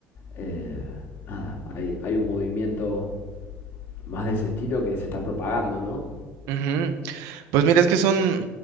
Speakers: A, on the left; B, on the right.
A: eh, nada, hay, hay un movimiento más de ese estilo que se está propagando, ¿no?
B: Ujú. Pues mira, es que son,